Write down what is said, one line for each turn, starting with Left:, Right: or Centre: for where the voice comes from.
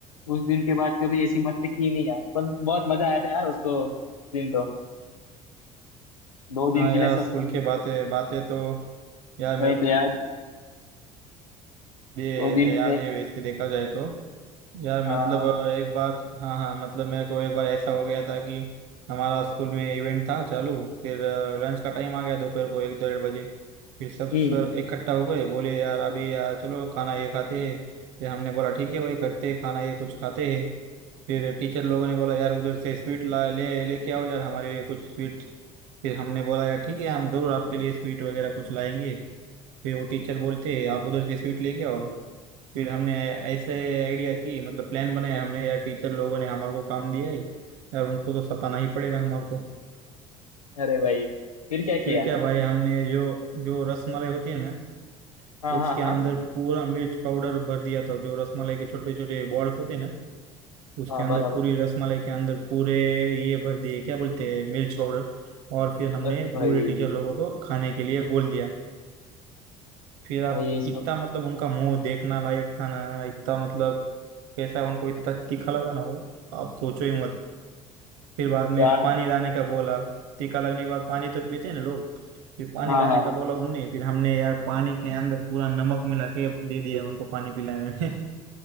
Left: उस दिन के बाद कभी ऐसी मस्ती की नहीं यार पर बहुत मजा आया था यार उसको दिन तो दो दिन
Right: हाँ
Left: के
Right: यार
Left: लिए सस्पेंड
Right: स्कूल के बातें बातें तो यार
Left: वही
Right: मेरे को
Left: तो यार
Right: ये
Left: दो दिन के
Right: याद
Left: लिए
Right: है वैसे देखा जाए तो यार
Left: हाँ
Right: मतलब
Left: हाँ
Right: अ, एक बार हाँ हाँ मतलब मेरे को एक बार ऐसा हो गया था कि हमारा स्कूल में इवेंट था चालू फिर लंच का टाइम आ गया दोपहर को एक डेढ़ बजे फिर सब सर
Left: हम्म
Right: इकट्ठा हो गए बोले यार अभी यार चलो खाना ये खाते हैं फिर हमने बोला ठीक है भाई करते हैं खाना ये कुछ खाते हैं फिर टीचर लोगों ने बोला यार उधर से स्वीट ला ले लेके आओ यार हमारे लिए कुछ स्वीट फिर हमने बोला यार ठीक है हम जरूर आपके लिए स्वीट वगैरह कुछ लाएंगे फिर वो टीचर बोलते आप उधर से स्वीट लेके आओ फिर हमने ऐसे आइडिया की मतलब प्लान बनाया हमने यार टीचर लोगों ने हमारे को काम दिया है यार उनको तो सताना ही पड़ेगा हमारे को
Left: अरे भाई फिर क्या
Right: फिर
Left: किया
Right: क्या भाई हमने जो जो रसमलाई होती है ना
Left: हाँ
Right: उसके
Left: हाँ हाँ
Right: अंदर पूरा मिर्च पाउडर भर दिया था जो रसमलाई के छोटे छोटे बॉल्स होते हैं ना उसके
Left: हाँ
Right: अंदर
Left: बराबर
Right: पूरी रसमलाई के अंदर पूरे ये भर दिए क्या बोलते हैं मिर्च पाउडर और फिर हमने
Left: अरे भाई
Right: पूरे टीचर लोगों को खाने के लिए बोल दिया फिर आप
Left: भाई सब
Right: इतना मतलब उनका मुंह देखना लायक था ना इतना मतलब कैसा उनको इतना तीखा लगा ना हो आप सोचो ही मत फिर बाद में
Left: यार
Right: पानी लाने का बोला टीका लगने के बाद पानी तो पीते हैं ना लोग फिर पानी
Left: हाँ
Right: लाने
Left: हाँ हाँ।
Right: का बोला उनने फिर हमने यार पानी के अंदर पूरा नमक मिला के दे दिया उनको पानी पिलाने में